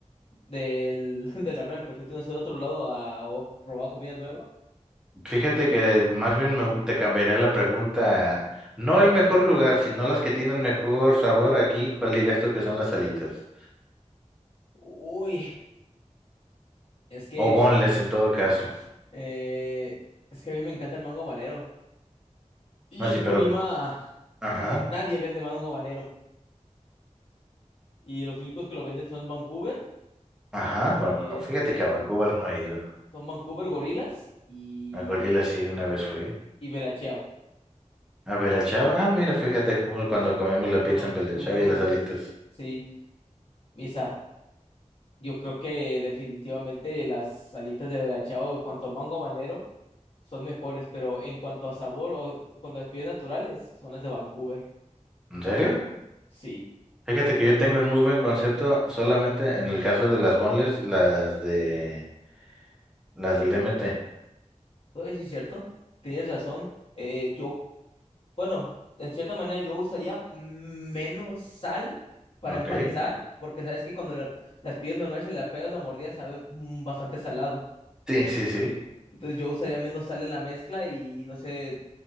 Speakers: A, on the left; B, in the centre.
A: del, <laughs> del ramen al que fuiste no sé, de otro lado a, o probar comida nueva.
B: Fíjate que más bien me- te cambiaría la pregunta. No el mejor lugar, sino las que tienen mejor sabor aquí. ¿Cuál dirías tú que son las alitas?
A: Uy, es que
B: O boneless en todo caso.
A: eh, es que a mí me encanta el mango habanero. Y
B: No,
A: en
B: sí,
A: Colima
B: pero... Ajá,
A: casi nadie vende mango habanero. Y los únicos que lo venden son Vancouver,
B: ajá.
A: eh,
B: Van-
A: este,
B: Fíjate que a Vancouver no he ido.
A: son Vancouver Gorilas y
B: A Gorila
A: este
B: sí, una vez fui.
A: y Bella Ciao.
B: A Bella Chao. Ah, mira, fíjate, ju- cuando
A: Sí,
B: comemos la
A: cuando
B: pizza en Bella
A: fuimos,
B: Chao y las alitas.
A: sí, Misa, yo creo que definitivamente las salitas de Bella Ciao en cuanto a mango habanero son mejores, pero en cuanto a sabor o cuando las pides naturales son las de Vancouver.
B: ¿En serio?
A: Sí,
B: Fíjate que yo tengo un muy buen concepto solamente en el caso de las boneless, las de... las del DMT.
A: eso sí es cierto, tienes razón. Eh, yo Bueno, en cierta manera yo usaría menos sal para
B: Ok.
A: empanizar, porque sabes que cuando la- las pides normales y la pegas la mordida, sabe mm, bastante salado.
B: Sí, sí, sí.
A: Entonces yo usaría menos sal en la mezcla y no sé,